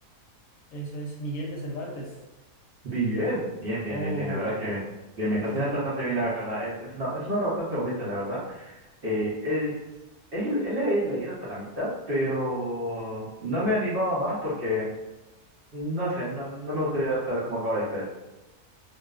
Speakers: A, on the left; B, on the right.
A: eso es Miguel de Cervantes.
B: Bien, bien, bien,
A: Oh.
B: bien, bien. La verdad que bien, bien.
A: <laughs>
B: Lo tiraste bastante bien, la verdad. Es, es una, es una obra bastante bonita, la verdad. Eh, es, es, le he leído hasta la mitad, pero no me he animado más porque, no sé, no, no me gustaría saber cómo acaba la historia.